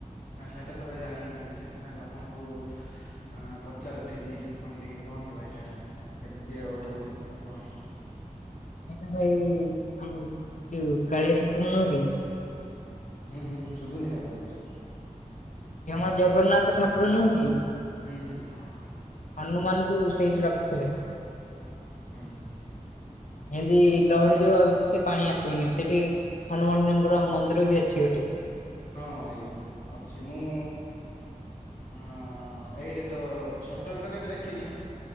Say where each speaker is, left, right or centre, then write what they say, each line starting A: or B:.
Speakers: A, on the left; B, on the left.
A: ନା ସେଇଟା ତ ଭାଇ ଜାଣିନି ସେଥିପାଇଁ ତ ଆପଣଙ୍କୁ ଅ ପଚାରୁଥିଲି ଆପଣ ଟିକେ କୁହନ୍ତୁ ଭାଇ ସେଟା କେମିତି ଅଟକୋଉଚନ୍ତି ଆପଣ?
B: ଏଟା ଭାଇ ଆମର ଯଉ କାଳିଆ ଠାକୁର ନୁହେଁ କି
A: ହୁଁ ହୁଁ ଶୁବୁନି ଭାଇ ଭଲ ଶୁବୁନି।
B: ଯଉ ଆମ ଜଗନ୍ନାଥ ଠାକୁର ନୁହୁଁ କି?
A: ହୁଁ ହୁଁ।
B: ହନୁମାନ ଙ୍କୁ ସେଇଠି ରଖିଥିଲେ।
A: ହୁଁ ହୁଁ।
B: ଏମତି ଲହଡି ଯୋଉ ଆଉଚି ସେ ପାଣି ଆସିବନି ସେଠି ହନୁମାନଙ୍କର ମନ୍ଦିର ବି ଅଛି ଗୋଟେ।
A: ହଁ ଭାଇ ଅଛି ମୁଁ ହଁ ଏଇଟା ତ ଛତରେ ତ କେବେ ଦେଖିନି।